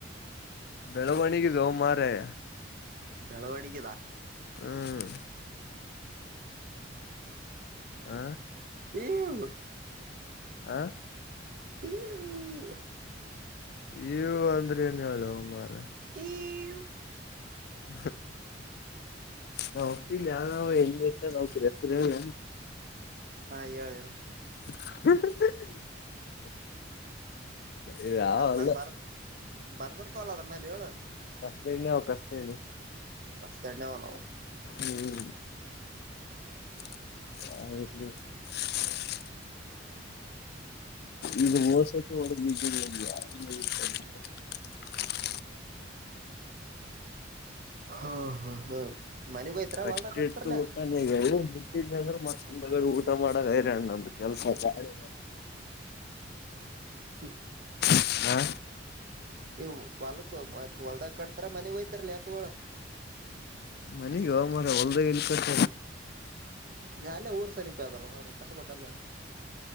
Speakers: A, on the left; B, on the right.
A: ಬೆಳವಣಗೆ ಜಾವ ಮಾರಾಯ.
B: ಬೆಳವಣಿಗೆದಾ
A: ಹ್ಮ್ ಹ
B: <inaudible>
A: ಹಾ
B: <inaudible>
A: ಈವ್ ಅಂದ್ರೆ ಏನ್ ಹೇಳೋ ಮಾರಾಯ್.
B: ಈವ್
A: <inaudible> ನಾ ಒಪ್ಪಿಲ್ಲ ಯಾವಾವ ಹೆಂಗ್ <unintelligible> ನ್ರ ಹೆಸರ್ ಹೇಳ.
B: ಹಾ ಹೇಳ್ ಯ
A: <inaudible> ಇ ಯಾವಲ್ಲ
B: ಅದ್ರ ಮ್ಯಾಲ ಬರ್ದ ಬರ್ದಿರ್ತವಲ್ಲ ಅದ್ರ ಮೇಲೆ ಹೇಳು
A: ಕಸ್ದ್ದೆಣ್ಣೆ ಅವ್ ಕಸ್ದ್ದೆಣ್ಣೆ.
B: ಕಸ್ದ್ದೆಣ್ಣೆ <unintelligible>
A: ಹ್ಮ್ <inaudible> ಈಗ್ <unintelligible> <unintelligible> <unintelligible>
B: ಓ ಹಾ ಹಾ ಮನೆಗ್ ಹೋಯ್ತಾರ
A: ಕಷ್ಟಿ
B: ಹೊಲ್ದಾಗ ಕಟ್ತಾರಲ್ಲ
A: ಇಟ್ಟು ಟ್ಟಾನೆಗ ಎ ಮುಟ್ಟಿದ ಅಂದ್ರೆ ಮತ್ತ್ ಚಂದಗ್ ಊಟ ಮಾಡಾಗ <unintelligible> ನಮ್ದು ಕೆಲ್ಸಾರಿ
B: ಹ್ಮ
A: ಹ್ಮ
B: ಈ ಹೊಲ್ಕ್ ಮ ಹೊಲ್ದಾಗ ಕಡ್ತಾರ ಮನೆಗ್ ಹೊಯ್ತರ್ಲ ಎತ್ಗೋಳು?
A: ಮನೆಗ್ಯೊ ಮಗ ಹೊಲ್ದಾಗ ಎಲ್ಕಟ್
B: ಏ ಅಲ್ಲೆ ಊರು ಸಮಿಪ ಅ ಆದಲ ಮಾರಾಯ್ ಕಟ್ಟ್ಬೇಕ್ಕಲ್ಲ.